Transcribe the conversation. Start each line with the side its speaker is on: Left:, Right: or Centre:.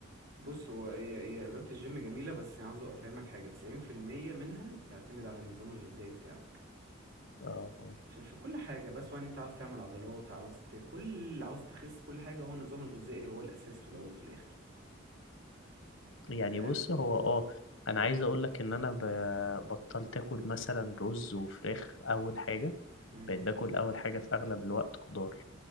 Right: بص هو هي هي رياضة الجيم جميلة بس عاوز أفهمك حاجة تسعين في المية منها بتعتمد على النظام الغذائي بتاعك
Left: اه
Right: في, في كل حاجة بس سواء أنت عاوز تعمل عضلات عاوز ت... كل عاوز تخس كل حاجة هو النظام الغذائي هو الأساس في الأول وفي الآخر
Left: يعني
Right: فاهم
Left: بص هو اه انا عايز اقول لك ان انا ب- بطلت اكل مثلا رز وفراخ اول حاجه
Right: مم.
Left: بقيت باكل اول حاجه في اغلب الوقت خضار